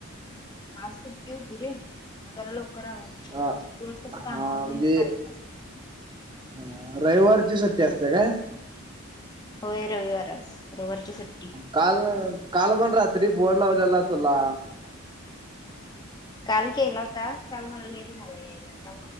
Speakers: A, on the left; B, on the right.
A: आज सुट्टी होती रे मग जरा लवकर आवरलो जेवण
B: हा
A: रोज कसं
B: हा
A: कामावर
B: म्हणजे
A: <unintelligible> करायचा असं.
B: हा रविवारची सुट्टी असते काय?
A: होय रविवारच रविवारची सुट्
B: काल काल पण रात्री फोन लावलेला तुला.
A: काल केला होता काल मला लेट झाला याय